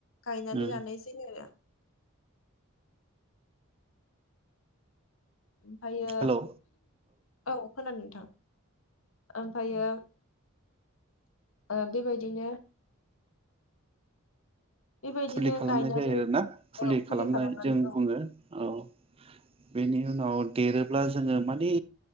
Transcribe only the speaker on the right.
उम
हेलौ
फुलि खालामनाय
जायो आरो ना फुलि
खालामनाय
जों
बुङो औ बेनि उनाव देरोब्ला जोङो माने